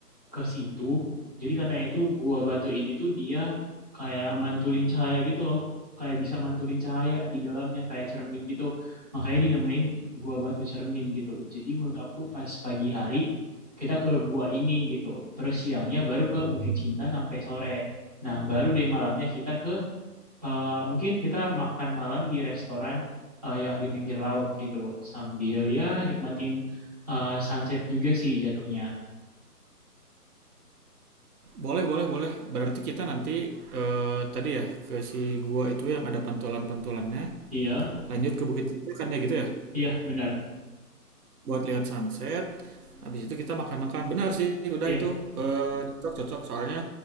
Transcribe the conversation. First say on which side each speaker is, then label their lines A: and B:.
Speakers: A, on the right; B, on the right.
A: ke situ. Jadi katanya itu Gua Batu ini tuh dia kayak mantulin cahaya gitu loh. Kayak bisa mantulin cahaya di dalamnya kayak cermin gitu. Makanya dinamain Gua Batu Cermin gitu. Jadi menurut aku pas pagi hari kita ke gua ini gitu. Terus siangnya baru ke Bukit Cinta sampai sore. Nah, baru deh malamnya kita ke eh, mungkin kita makan malam di restoran eh, yang di pinggir laut gitu sambil ya nikmatin eh, sunset juga sih jatuhnya.
B: Boleh, boleh, boleh. Berarti kita nanti eh, tadi ya ke si gua itu yang ada pantulan-pantulannya.
A: Iya,
B: Lanjut ke Bukit Tinggi kan ya gitu ya.
A: iya benar.
B: Buat lihat sunset. Habis itu kita makan-makan. Benar sih, udah
A: Iya.
B: itu Eh, cocok-cocok. Soalnya